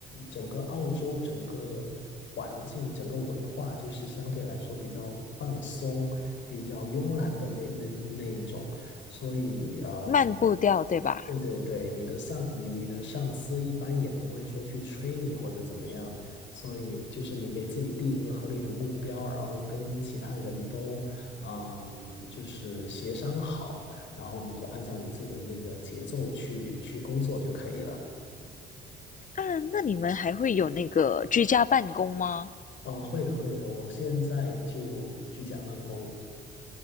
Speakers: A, on the left; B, on the left.
A: 整个澳洲整个环境、整个文化，就是相对来说比较放松、比较慵懒的那那那一种，所以，嗯、
B: 慢步调，对吧？
A: 对对对，你的上你你的上司一般也不会说去催你或者怎么样，所以就是你给自己定一个合理的目标，然后跟其他人都，嗯，就是协商好。然后你就按照你自己的那个节奏去去工作就可以了。
B: 啊，那你们还会有那个居家办公吗？
A: 哦，会的，会的，我现在就居家办公。